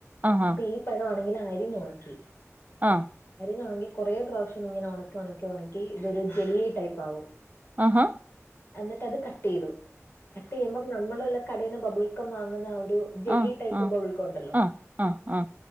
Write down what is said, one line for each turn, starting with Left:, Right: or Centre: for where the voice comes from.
Right: ആ, ആ,
Left: അപ്പൊ ഈ പഴം ആണെങ്കിൽ അരിഞ്ഞ ഉണക്കി
Right: ആ.
Left: അരിഞ്ഞ ഉണക്കി കൊറെപ്രാവശ്യം ഇങ്ങനെ ഉണക്കി ഉണക്കി ഉണക്കി ഇതൊരു ജെല്ലി ടൈപ്പ് ആകും
Right: ആ ഹാ
Left: എന്നിട്ട് അത് കട്ട് യ്തു കട്ട് യ്യുമ്മ നമ്മള എല്ലാം കടയിുന്ന ബബുൾക്കം വാങ്ങുന്ന ഒരു ജെല്ലി
Right: ആ,
Left: ടൈപ്പ്
Right: ആ,
Left: ബബെൽക്കണ്ടല്ലോ
Right: ആ, ആ ആ